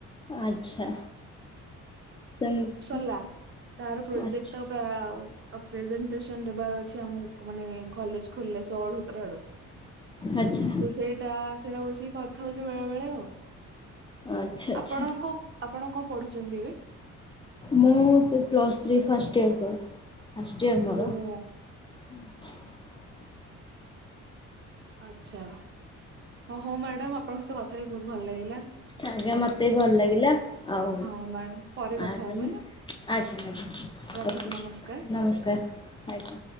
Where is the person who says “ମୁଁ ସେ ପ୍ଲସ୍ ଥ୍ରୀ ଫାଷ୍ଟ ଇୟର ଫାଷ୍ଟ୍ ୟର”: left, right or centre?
Left